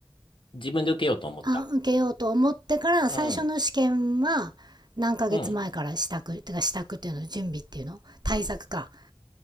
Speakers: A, on the left (about 70°); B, on the right (about 50°).
A: 自分で受けようと思った。
B: あ受けようと思ってから最初の試験は何ヶ月前から支度ってか支度っていうの準備っていうの対策か
A: うん。うん。